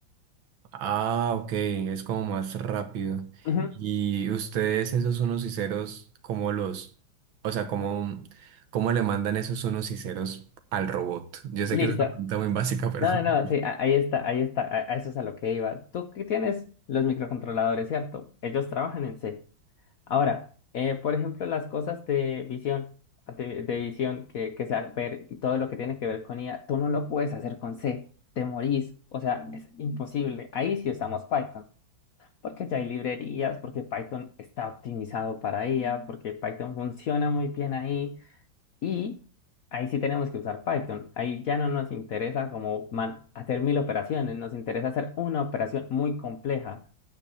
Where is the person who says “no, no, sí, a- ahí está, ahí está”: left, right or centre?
Left